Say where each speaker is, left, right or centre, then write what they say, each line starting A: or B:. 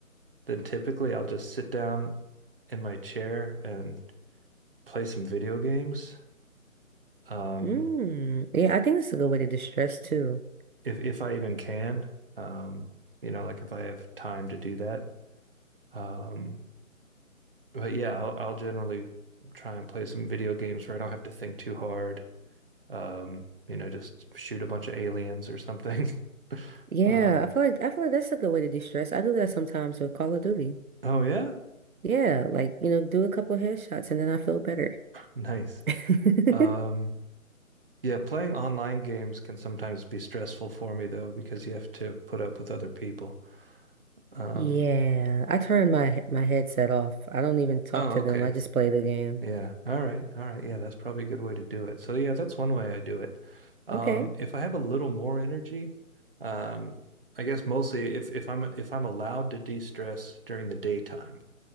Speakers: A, on the right; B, on the right.
A: then typically I'll just sit down in my chair and play some video games. Um,
B: Mm. Yeah, I think that's a good way to distress too.
A: if if I even can. Um, you know, like if I have time to do that. Um, but yeah, I'll I'll generally try and play some video games where I don't have to think too hard. Um, you know, just shoot a bunch of aliens or something. <laughs>
B: Yeah,
A: Um,
B: I feel like I feel like that's a good way to distress. I do that sometimes with Call of Duty.
A: oh yeah,
B: Yeah, like you know, do a couple headshots and then I feel better.
A: nice.
B: <laughs>
A: Um, yeah, playing online games can sometimes be stressful for me though because you have to put up with other people. Um,
B: Yeah, I turn my my headset off. I don't even talk
A: oh,
B: to
A: okay.
B: them. I just play the game.
A: Yeah. All right. All right. Yeah, that's probably a good way to do it. So yeah, that's one way I do it. Um,
B: Okay.
A: if I have a little more energy, um, I guess mostly if if I'm if I'm allowed to de-stress during the daytime,